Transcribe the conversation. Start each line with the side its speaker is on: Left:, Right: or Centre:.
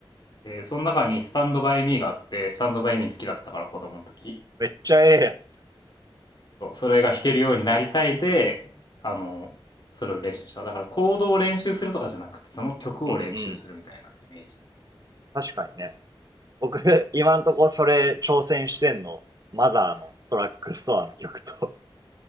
Left: で、その中にスタンドバイミーがあって、スタンドバイミー好きだったから子供の時。
Right: めっちゃええやん。
Left: そう、それが弾けるようになりたいで、あの、それを練習した。だからコードを練習するとかじゃなくて、その曲を練習するみたいなイメージ。
Right: うんうん。確かにね。僕、今んとこそれ挑戦してんの、マザーのトラックストアの曲と、